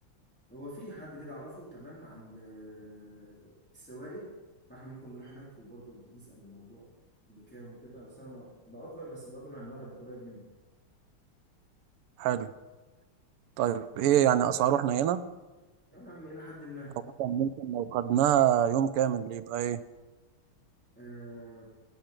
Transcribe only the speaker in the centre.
هو في حد كده اعرفه تمام عند آه، السواقي فاحنا ممكن نروح هناك وبرضه نسأل الموضوع بكام وكده بس انا ما- بأجر بس بأجر من عند واحد قريب مني
يا عم الى حد ما
آه